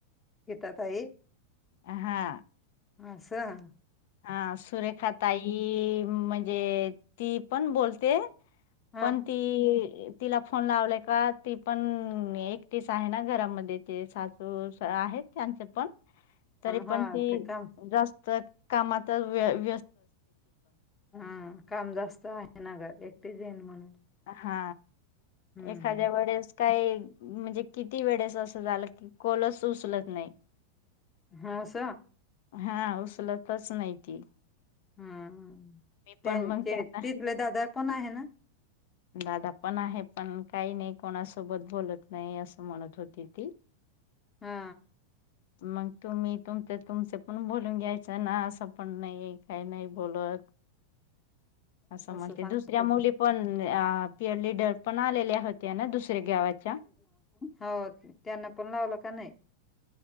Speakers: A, on the left; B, on the left.
A: यिेत ताई
B: हा
A: अस सं
B: हा सुरेखा ताई म्हणजे ती पण बोलते
A: हा
B: पण ती तिला फोन लावल्या का ती पण एकटीस आहे ना घरामध्ये ते सासू आहेत त्यांचे पण तरी
A: हा
B: पण ती
A: ते काम
B: जास्त कामात व
A: हम् काम जास्त आहे ना ग एकटीच येईन म्हणून
B: हा
A: हम्म
B: एखाद्या वेळेस काही म्हणजे किती वेळेस असं झालं की कॉलच उचलत नाही
A: हा अस
B: हा उचलतच नाही ती
A: हम्
B: मी
A: त्यांचे
B: पण मग त्यांना
A: तिथले दादा पण आहे ना
B: दादा पण आहे पण काही नाही कोणासोबत बोलत नाही असं म्हणत होती ती
A: हा
B: मग तुम्ही तुम तुमचे पण बोलून घ्यायचं ना असं पण नाही काही नाही बोलत
A: <inaudible>
B: असं म्हणते
A: सांगत
B: दुसऱ्या
A: होते
B: मुली पण त्या लिडर पण आलेल्या होत्या ना दुसऱ्या गावाच्या.
A: हो त्यांना पण लावलं का नाही